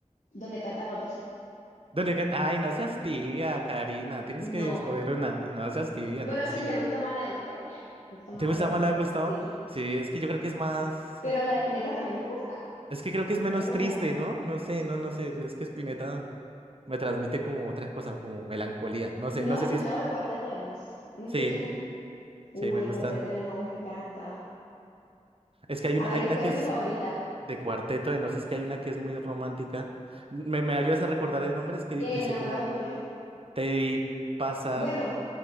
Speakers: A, on the left; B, on the right.
A: donde cantan los dos.
B: Donde can- Ay, no seas tibia, Karina. Tienes
A: No,
B: que escoger
A: no,
B: una.
A: no.
B: No seas tibia,
A: Bueno,
B: no seas
A: sí,
B: tibia.
A: me gusta más la de Gustavo, ya. Me gusta más
B: ¿Te
A: la
B: gusta
A: de Gustavo,
B: más la de Gustavo?
A: sí.
B: Sí, es que yo creo que es más.
A: Pero la de Spinetta también me gusta.
B: Es que creo que es menos
A: No es como...
B: triste, ¿no? No sé, no, no sé. Es que Spinetta. Me transmite como otras cosas, como melancolía. No
A: Y
B: sé,
A: no
B: no
A: he
B: sé
A: escuchado
B: si es.
A: el Cuarteto de Nos. No escuchas
B: Sí,
A: el... cu- Uy,
B: sí, me
A: el
B: gusta.
A: Cuarteto de Nos me encanta.
B: Es que hay
A: A
B: una,
A: ver,
B: hay una
A: ¿cuál
B: que
A: es
B: es
A: tu favorita?
B: de cuarteto, de no sé, es que hay una que es muy romántica. ¿Me, me ayudas a recordar el nombre? Es que
A: ¿Qué,
B: dice
A: enamorado
B: como
A: tuyo?
B: te vi pasar.
A: Bueno,